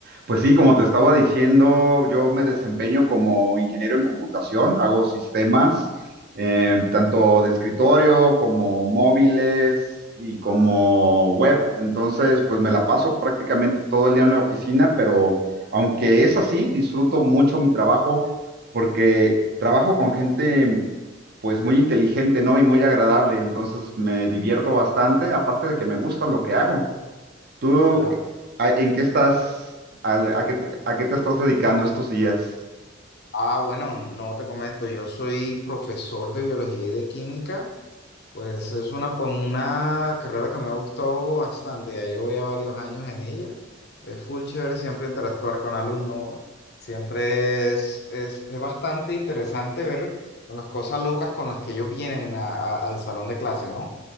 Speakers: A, on the right; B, on the left.
A: Pues sí, como te estaba diciendo, yo me desempeño como ingeniero en computación, hago sistemas, eh, tanto de escritorio como móviles y como web. Entonces, pues me la paso prácticamente todo el día en la oficina, pero aunque es así, disfruto mucho mi trabajo porque trabajo con gente pues muy inteligente, ¿no? Y muy agradable. Entonces me divierto bastante, aparte de que me gusta lo que hago. ¿Tú
B: Ya, pero-
A: a- en qué estás, al- a, qué, te a qué te estás dedicando estos días?
B: ah, bueno, no te comento, yo soy profesor de biología y de química, pues es una, pa- una carrera que me ha gustado bastante, ya llevo ya varios años en ella, es full chévere siempre interactuar con alumnos, siempre es, es, es bastante interesante ver las cosas locas con las que ellos vienen a- a- al salón de clase, ¿no?